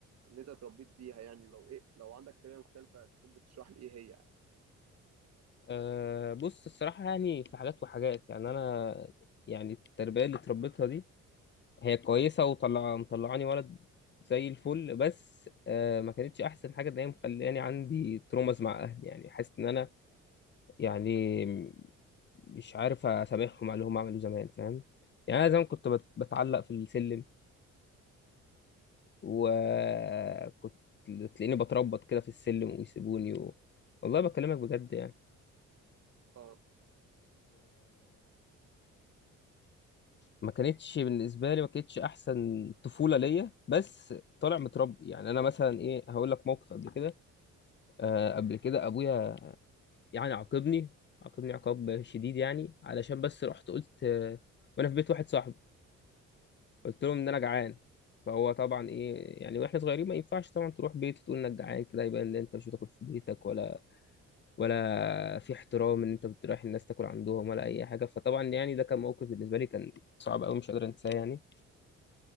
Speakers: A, on the right (about 55°); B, on the left (about 40°).
A: اللي انت اتربيت بيها يعني ولو ايه لو عندك طريقة مختلفة تكون بتشرح لي ايه هي يعني
B: أه بص الصراحة يعني في حاجات وحاجات يعني أنا يعني التربية اللي اتربيتها دي هي كويسة وطلع مطلعاني ولد زي الفل بس أه ما كانتش أحسن حاجة إن هي مخلاني عندي ترومز مع أهلي يعني حاسس إن أنا يعني مش عارف أسامحهم على اللي هم عملوه زمان فاهم يعني أنا زمان كنت بت- بتعلق في السلم وكنت تلاقيني بتربط كده في السلم ويسيبوني و... والله بكلمك بجد يعني
A: اه
B: ما كانتش بالنسبه لي ما كانتش احسن طفوله ليا بس طالع متربي يعني انا مثلا ايه هقول لك موقف قبل كده آه قبل كده ابويا يعني عاقبني عاقبني عقاب شديد يعني علشان بس رحت قلت آه وانا في بيت واحد صاحبي قلت لهم ان انا جعان فهو طبعا ايه يعني واحنا صغيرين ما ينفعش طبعا تروح بيت تقول انك جعان كده يبقى ان انت مش بتاكل في بيتك ولا ولا في احترام ان انت بتروح الناس تاكل عندهم ولا اي حاجه فطبعا يعني ده كان موقف بالنسبه لي كان صعب قوي مش قادر انساه يعني